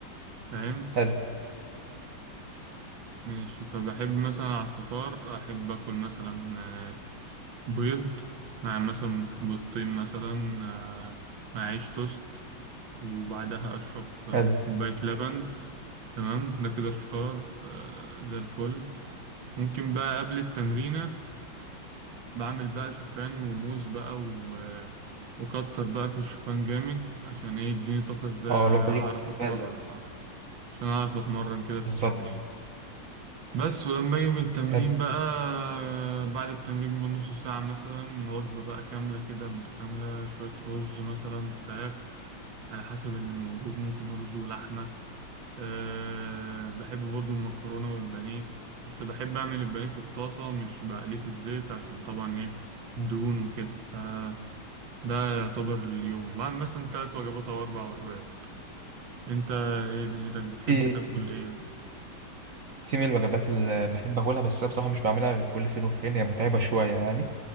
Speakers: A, on the right; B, on the right.
A: فاهم
B: حلو
A: ماشي فبحب مثلا على الفطار احب اكل مثلا آه، بيض مع مثلا بيضتين مثلا آه، مع عيش توست وبعدها اشرب آه،
B: حلو
A: كوباية لبن تمام ده كده الفطار آه، زي الفل ممكن بقى قبل التمرينة بعمل بقى شوفان وموز بقى و... وكتر بقى في الشوفان جامد عشان ايه يديني طاقة ازاي
B: اه الوجبه
A: اعرف
B: دي ممتازه
A: اتمرن اه عشان اعرف اتمرن كده في
B: بالظبط
A: التمرين بس ولما اجي من التمرين
B: حلو
A: بقى بعد التمرين بنص ساعة مثلا وجبة بقى كاملة كده متكاملة شوية رز مثلا فراخ على حسب اللي موجود ممكن رز ولحمة أه بحب برضو المكرونة والبانيه بس بحب أعمل البانيه في الطاسة مش بقليه في الزيت عشان طبعا إيه الدهون وكده فده يعتبر اليوم بعمل مثلا تلات وجبات أو أربع وجبات أنت إيه دنيتك بتحب
B: في
A: تاكل إيه؟
B: في من الوجبات اللي بحب اكلها بس أنا بصراحه مش بعملها غير كل فين وفين هي متعبه شويه يعني